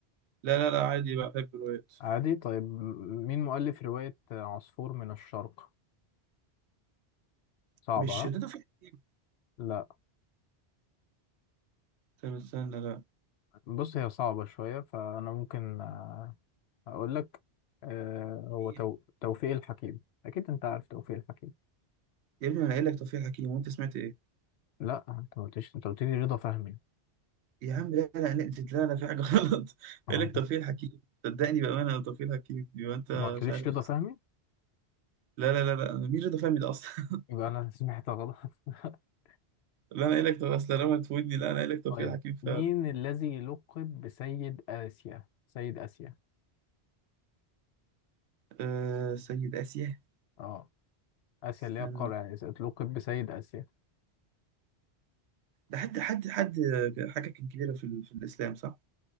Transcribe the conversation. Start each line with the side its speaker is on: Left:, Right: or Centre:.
Right: لا لا لا عادي بقى، بحب الروايات
Left: عادي طيب م- مين مؤلف روايه عصفور من الشرق صعبه
Right: مش
Left: ها
Right: شدته في حكيم
Left: لا
Right: طب استنى لا
Left: بص هي صعبه شويه فانا ممكن آه، اقول لك آه، هو
Right: مين
Left: تو- توفيق الحكيم اكيد انت عارف توفيق الحكيم
Right: يا ابني أنا قايل لك توفيق حكيم وأنت سمعت إيه
Left: لا انت ما قلتش انت قلت لي رضا فهمي
Right: يا عم لا لا لا لا لا في حاجة <laughs> غلط
Left: آه،
Right: قايل لك توفيق حكيم صدقني بأمانة توفيق حكيم يبقى أنت
Left: ما قلتليش
Right: مش عارف
Left: رضا فهمي
Right: لا لا لا لا مين رضا فهمي ده أصلا <laughs>
Left: يبقى أنا سمعت غلط <laughs>
Right: لا أنا قايل لك طب أصل لما تفوتني لا أنا قايل لك توفيق
Left: طيب
Right: حكيم
Left: مين
Right: فعلا
Left: الذي لقب بسيد آسيا سيد آسيا
Right: آه، سيد آسيا
Left: اه آسيا اللي هي
Right: استنى
Left: القارة يعني لقب بسيد آسيا
Right: ده حد حد حد آه، حاجة كان كبيرة في, ال- في الإسلام صح؟